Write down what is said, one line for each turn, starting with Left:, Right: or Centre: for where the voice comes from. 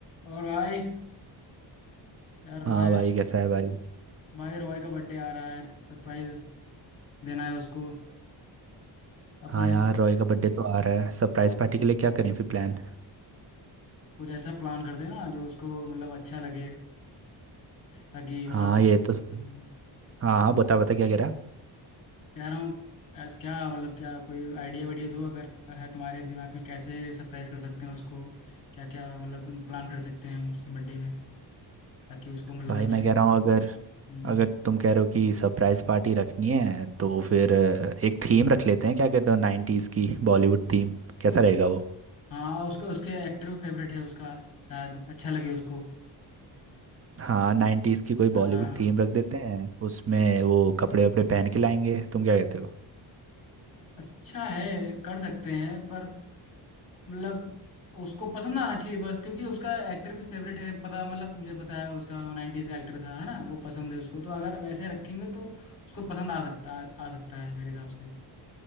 Left: और भाई यार
Right: हाँ
Left: रॉय
Right: भाई कैसा है भाई
Left: भाई रॉय का बर्थडे आ रहा है सरप्राइज देना है उसको अपना
Right: हाँ यार
Left: एक
Right: रॉय का बर्थडे तो आ रहा है सरप्राइज पार्टी के लिए क्या करें फिर प्लान
Left: कुछ ऐसा प्लान करते हैं ना जो उसको मतलब अच्छा लगे ताकि
Right: हाँ
Left: मतलब
Right: ये तो स-
Left: हम्म,
Right: हाँ हाँ बता बता क्या कह रहा
Left: कह रहा हूँ ऐस क्या मतलब क्या कोई आइडिया वाइडिया दो अगर है तुम्हारे दिमाग में कैसे सरप्राइज कर सकते हैं उसको क्या क्या मतलब प्लान कर सकते हैं हम उसके बर्थडे में ताकि उसको मतलब
Right: भाई
Left: अच्छा
Right: मैं
Left: लगे
Right: कह रहा हूँ अगर
Left: हम्म,
Right: अगर तुम कह रहे हो कि सरप्राइज पार्टी रखनी है तो फिर अ, एक थीम रख लेते हैं क्या कहते हो नाइन्टीज़ की बॉलीवुड थीम कैसा रहेगा वो
Left: हाँ उसका उसके एक्टर फेवरेट है उसका शायद अच्छा लगे उसको
Right: हाँ नाइन्टीज़ की कोई
Left: हाँ
Right: बॉलीवुड थीम रख देते हैं उसमें वो कपड़े वपड़े पहन के लाएंगे तुम क्या कहते हो
Left: अच्छा है कर सकते हैं पर मतलब उसको पसंद आना चाहिए बस क्योंकि उसका एक्टर भी फेवरेट है पता मतलब मुझे पता है उसका नाइन्टीज का एक्टर था है ना वो पसंद है उसको तो अगर वैसे रखेंगे तो उसको पसंद आ सकता आ सकता है मेरे हिसाब से